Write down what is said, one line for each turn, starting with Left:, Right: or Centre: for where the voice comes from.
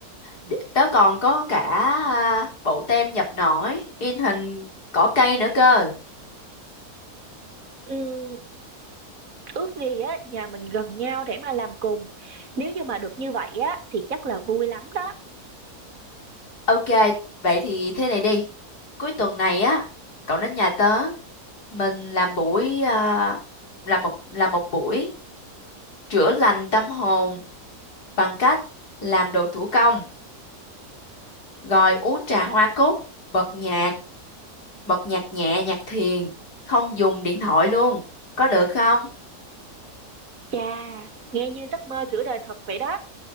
Left: đ- tớ còn có cả à, bộ tem dập nổi, in hình cỏ cây nữa cơ.
Right: Ừm, ước gì á nhà mình gần nhau để mà làm cùng. Nếu như mà được như vậy á thì chắc là vui lắm đó.
Left: Ok, vậy thì thế này đi. Cuối tuần này á, cậu đến nhà tớ, mình làm buổi à, làm một làm một buổi chữa lành tâm hồn bằng cách làm đồ thủ công, rồi uống trà hoa cúc, bật nhạc, bật nhạc nhẹ, nhạc thiền, không dùng điện thoại luôn. Có được không?
Right: Chà, nghe như giấc mơ giữa đời thật vậy đó.